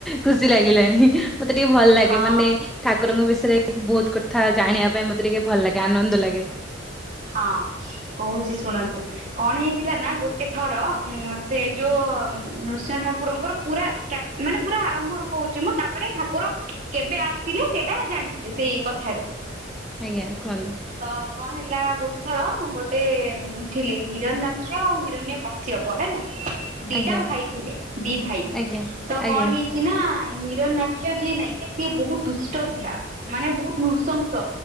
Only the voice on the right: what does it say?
ହଁ
ହଁ କହୁଛି ଶୁଣନ୍ତୁ। କଣ ହେଇଥିଲା ନା ଗୋଟେ ଥର ସେ ଯୋଉ ନୃସିଂହ ଠାକୁରଙ୍କର ପୁରା ସ୍ଥା ମାନେ ପୁରା ଆରମ୍ଭରୁ କହୁଛି ମୁଁ ତାପରେ ଠାକୁର କେବେ ଆସିଲେ ସେଇଟା ଜାଣିଯିବେ ସେଇ କଥାରୁ
ତ କଣ ହେଲା ଗୋଟେ ଥର ଗୋଟେ ଥିଲେ ହିରଣ୍ୟକ୍ଷ ଆଉ ହିରଣ୍ୟ କଶ୍ୟପ ପ ହେଲା ଦିଟା
ଭାଇ ଥିଲେ ଦି ଭାଇ
ତ
କଣ ହେଇ ନା ହିରନାକ୍ଷ୍ୟ ଯିଏ ନାଇଁ କି ସିଏ ବହୁତ ଦୁଷ୍ଟ ଥିଲା। ମାନେ ବହୁତ ନୃଶଂସ